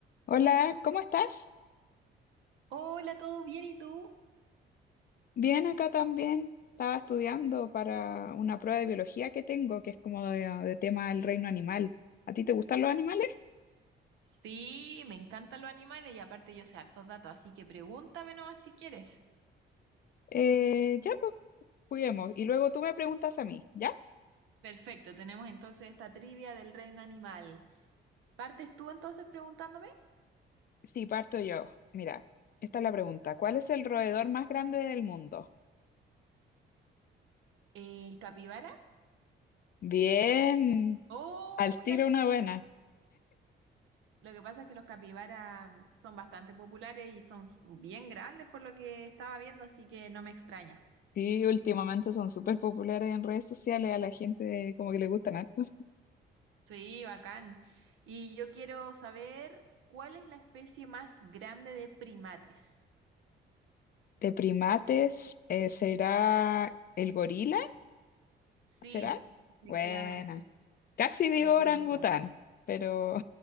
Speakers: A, on the left (about 50°); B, on the right (about 80°).
A: Hola, ¿cómo estás?
B: Hola, ¿todo bien? ¿Y tú?
A: Bien, acá también. Estaba estudiando para una prueba de biología que tengo, que es como de, de tema del reino animal. ¿A ti te gustan los animales?
B: Sí, me encantan los animales y aparte yo sé hartos datos, así que pregúntame nomás si quieres.
A: Eh, ya, pues, juguemos. Y luego tú me preguntas a mí, ¿ya?
B: Perfecto, tenemos entonces esta trivia del reino animal. ¿Partes tú entonces preguntándome?
A: Sí, parto yo. Mira, esta es la pregunta. ¿Cuál es el roedor más grande del mundo?
B: ¿El capibara?
A: Bien,
B: ¡Oh,
A: al tiro
B: la chu-
A: una buena.
B: Lo que pasa es que los capibaras mm, son bastante populares y son bien grandes por lo que estaba viendo, así que no me extraña.
A: Sí, últimamente son súper populares en redes sociales, a la gente como que le gustan harto.
B: Sí, bacán. Y yo quiero saber cuál es la especie más grande de primates.
A: De primates, eh, ¿será el gorila?
B: Sí,
A: ¿Será?
B: efectivamente,
A: Buena. Casi digo
B: el gorila.
A: orangután, pero